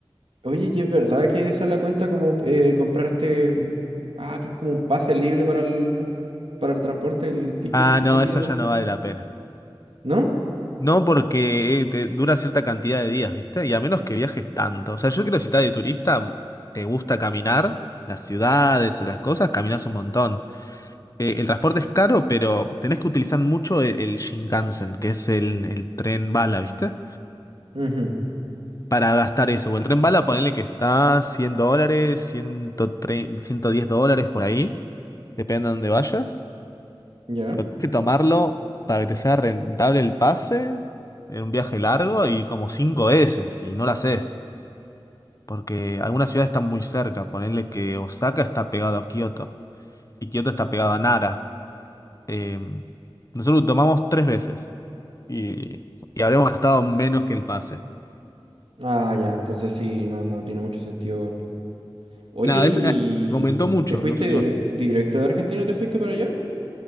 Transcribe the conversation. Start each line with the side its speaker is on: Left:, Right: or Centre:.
Right: oye, ¿y es verdad que esa la cuenta como eh, comprar este... mm, Ah, que es como un pase libre para el, para el transporte, el ticket
Left: Ah,
Right: que
Left: no,
Right: te piden
Left: eso ya
Right: este?
Left: no vale la pena.
Right: ¿No?
Left: No, porque eh, te dura cierta cantidad de días, ¿viste? Y a menos que viajes tanto. O sea, yo creo que si estás de turista, te gusta caminar, las ciudades, las cosas, caminas un montón. Eh, el transporte es caro, pero tenés que utilizar mucho el, el Shinkansen, que es el, el tren bala, ¿viste?
Right: Ujú,
Left: Para gastar eso. O el tren bala, ponele que está 100 dólares, ciento diez dólares por ahí, depende de dónde vayas.
Right: ya.
Left: Pero tenés que tomarlo para que te sea rentable el pase en un viaje largo y como cinco veces, y no lo haces. Porque algunas ciudades están muy cerca. Ponerle que Osaka está pegado a Kioto y Kioto está pegado a Nara. Eh, nosotros lo tomamos tres veces y, y habremos gastado menos que el pase.
Right: Ah, ya, entonces sí, no, no tiene mucho sentido, weón. Oye,
Left: Claro,
Right: ¿y
Left: eso eh, aumentó mucho
Right: te fuiste
Left: en los últimos
Right: dire-
Left: tiempos.
Right: directo de Argentina? ¿Te fuiste para allá?